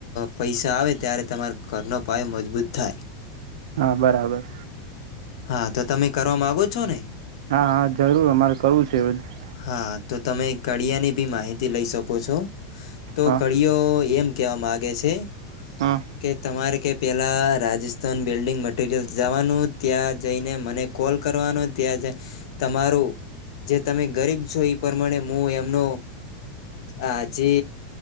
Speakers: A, on the left; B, on the right.
A: પૈસા આવે ત્યારે તમારે ઘરનો પાય મજબૂત થાય
B: હા બરાબર
A: હા તો તમે કરવા માગો છો ને
B: હા હા જરૂર અમારે કરવું છે જ
A: હા તો તમે કળિયાની બી માહિતી લઈ શકો છો તો
B: હા
A: કરિયો એમ ક માગે છે
B: હા
A: કે તમારે કે પેલા રાજસ્થાન બિલ્ડીિંગ મટીરિયલ્સ જવાનું ત્યાં જઈને મને કોલ કરવાનો ત્યાં તમારું જે તમે ગરીબ છો એ પ્રમાણે હું એમનું આ જે